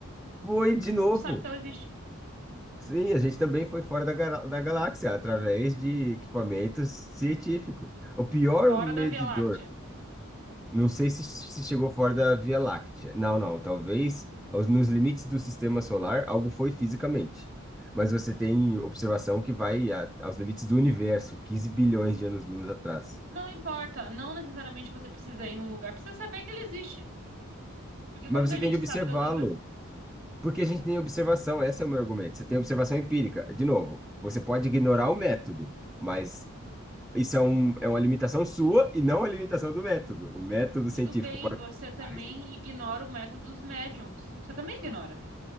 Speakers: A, in the centre; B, on the right (about 70°).
A: Foi de novo.
B: não sabe que ela existe.
A: Sim, a gente também foi fora da, gala- da galáxia através de equipamentos científicos. O pior
B: Fora
A: medidor
B: da Via Láctea.
A: Não sei se, se chegou fora da Via Láctea. Não, não. Talvez aos- nos limites do sistema solar algo foi fisicamente. Mas você tem observação que vai a- aos limites do universo, 15 bilhões de anos-luz atrás.
B: Não importa, não necessariamente você precisa ir num lugar pra você saber que ele existe. Porque
A: Mas
B: como que
A: você
B: a
A: tem
B: gente
A: de observá-lo,
B: sabe das outras?
A: porque a gente tem observação, esse é o meu argumento. Você tem observação empírica. De novo, você pode ignorar o método, mas isso é, um, é uma limitação sua e não a limitação do método. O método
B: Tudo
A: científico
B: bem,
A: para
B: você
A: observar
B: também ignora o método dos médiums. Você também ignora.